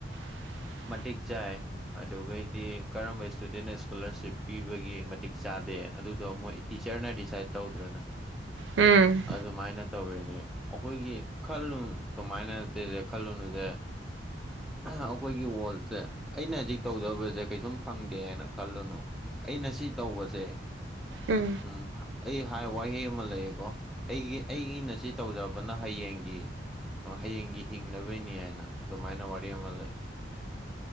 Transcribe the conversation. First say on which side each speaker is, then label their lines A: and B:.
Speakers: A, on the right; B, in the centre.
A: ꯎ
B: ꯃꯇꯤꯛ ꯆꯥꯏ ꯑꯗꯨꯒꯩꯗꯤ ꯀꯔꯝꯕ ꯏꯁꯇꯨꯗꯦꯟꯅ ꯏꯁꯀꯣꯂꯥꯔꯁꯤꯞ ꯄꯤꯕꯒꯤ ꯃꯇꯤꯛ ꯆꯥꯗꯦ ꯑꯗꯨꯗꯣ ꯃꯣꯏ ꯇꯤꯆꯔꯅ ꯗꯤꯁꯥꯏꯠ ꯇꯧꯗ꯭ꯔꯅꯦ
A: ꯎꯝ
B: ꯑꯗꯨꯃꯥꯏꯅ ꯇꯧꯔꯤꯅꯤ ꯑꯩꯈꯣꯏꯒꯤ ꯈꯜ ꯀꯃꯥꯏꯅ ꯈꯜꯂꯨꯅꯨꯗꯦ ꯑꯩꯈꯣꯏꯒꯤ ꯋꯥꯔꯜꯁꯦ ꯑꯩꯅ ꯍꯧꯖꯤꯛ ꯇꯧꯖꯕꯁꯦ ꯀꯩꯁꯨꯝ ꯐꯪꯗꯦ ꯍꯥꯏꯅ ꯈꯜꯂꯨꯅꯨ ꯑꯩꯅ ꯁꯤ ꯇꯧꯕꯁꯦ
A: ꯎꯝ
B: ꯎ ꯑꯩ ꯍꯥꯏ ꯋꯥꯍꯩ ꯑꯃ ꯂꯩꯌꯦꯀꯣ ꯑꯩꯒꯤ ꯑꯩꯒꯤꯅ ꯁꯤ ꯇꯧꯖꯕꯅ ꯍꯌꯦꯡꯒꯤ ꯍꯌꯦꯡꯒꯤ ꯍꯤꯡꯅꯕꯩꯅꯤ ꯍꯥꯏꯅ ꯃꯥꯏꯅ ꯋꯥꯔꯤ ꯑꯃ ꯂꯩ